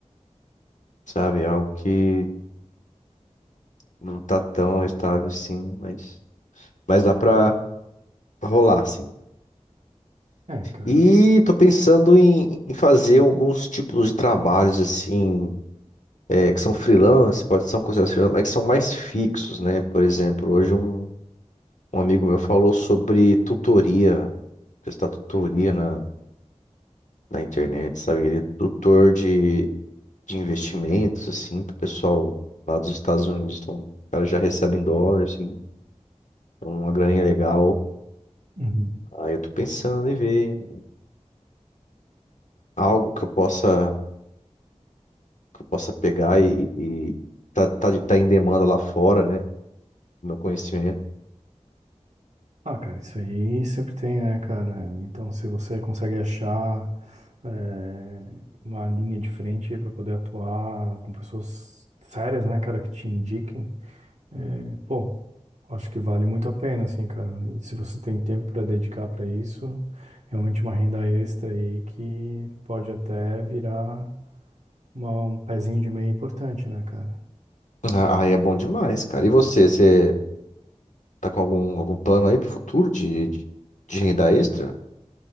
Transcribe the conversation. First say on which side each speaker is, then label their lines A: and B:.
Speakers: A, on the left; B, on the right.
A: sabe? É algo que não tá tão estável assim, mas, mas dá pra rolar, assim.
B: É, cara.
A: E tô pensando em, em fazer alguns tipos de trabalhos assim, é, que são freelance, pode ser considerados freelance, mas que são mais fixos, né? Por exemplo, hoje um, um amigo meu falou sobre tutoria, prestar tutoria na, na internet, sabe? Ele é tutor de, de investimentos, assim, pro pessoal lá dos Estados Unidos, então, o cara já recebe em dólar, assim, uma graninha legal.
B: Uhum.
A: Aí eu tô pensando em ver algo que eu possa. que eu possa pegar e, e tá, tá, de- tá em demanda lá fora, né? Meu conhecimento.
B: Ah, cara, isso aí sempre tem, né, cara? Então, se você consegue achar é, uma linha de frente aí para poder atuar com pessoas sérias, né, cara, que te indiquem, É, pô, acho que vale muito a pena, assim, cara. E Se você tem tempo para dedicar para isso, realmente uma renda extra aí que pode até virar uma- um pezinho de meia importante, né, cara?
A: Ah, Aí é bom demais, cara. E você, você tá com algum, algum plano aí pro futuro de, de, de renda extra?